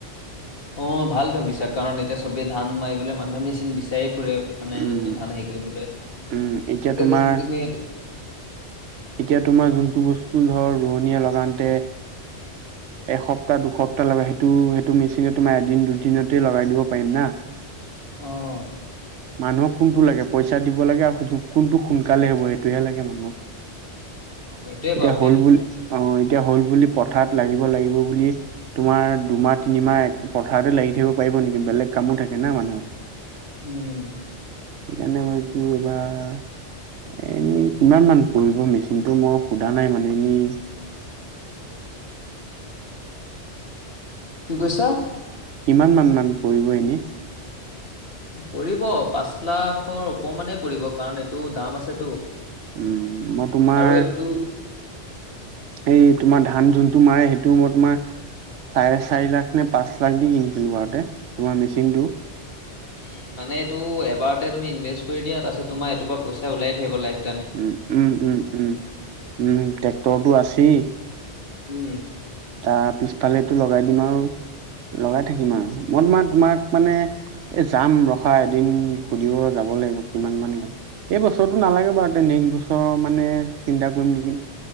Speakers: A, on the left (about 55°); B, on the right (about 85°).
A: অ ভাল ভাবিছা কাৰণ এতিয়া চবেই ধান মাৰিবলে মানুহে মেচিন বিচাৰে। ফুৰে
B: উম
A: মানে যোনটো ধান হে কৰিবলৈ তেতিয়া
B: উম এতিয়া তোমাৰ
A: যদি তুমি এইটো
B: এতিয়া তোমাৰ যোনটো বস্তু ধৰ ৰোৱনীয়ে লগাতে এসপ্তাহ দুসপ্তাহ লাগে সেইটো সেইটো মেচিনত তোমাৰ এদিন দুদিনতে লগাই দিব পাৰিম না।
A: অহ
B: মানুহক কোনটো লাগে পইচা দিব লাগে আৰু কোনটো সোনকালে হ'ব সেইটোহে লাগে মানুহ
A: অ, সেইটোৱে
B: এতিয়া
A: বাৰুতে
B: হল বুলি অ এতিয়া হল বুলি পথাৰত লাগিব লাগিব বুলি তোমাৰ দুমাহ তিনিমাহ এক পথাৰতে লাগি থাকিব পাৰিব নেকি বেলেগ কামো থাকে থাকে ন মানুহ।
A: উম
B: সেইকাৰণে ভাবিছো এইবাৰ এ এনেই কিমান মান পৰিব মেচিনটো মই সোধা নাই মানে এনে <unintelligible>
A: কি কৈছা
B: কিমান মান মান পৰিব এনে
A: পৰিব পাঁচ লাখৰ ওপৰ মানেই পৰিব কাৰণ এইটো দাম আছেতো
B: উম মই তোমাৰ
A: আৰু এইটো
B: এই তোমাৰ ধান যোনটো মাৰে সেইটো মই তোমাৰ চাৰে চাৰি লাখ নে পাঁচ লাখ দি কিনিছিলো বাৰুতে তোমাৰ মেচিনটো
A: উম মানে এইটো এবাৰতে তুমি ইনভেষ্ট কৰি দিয়া তাৰপাছত তোমাৰ এইৰ পৰা পইচা ওলিয়াই থাকিব লাগে
B: উম উম উম উম উম ট্ৰেক্টৰটো আছেই
A: উম
B: তাৰ পিছফালেটো লগাই দিম আৰু লগাই থাকিম আৰু মই তোমাৰে তোমাক মানে এ যাম ৰখা এদিন সুধিব যাব লব লাগিব কিমান মান ল এই বছৰটো নালাগে বাৰু তে নেক্সট বছৰ মানে চিন্তা কৰিম নেকি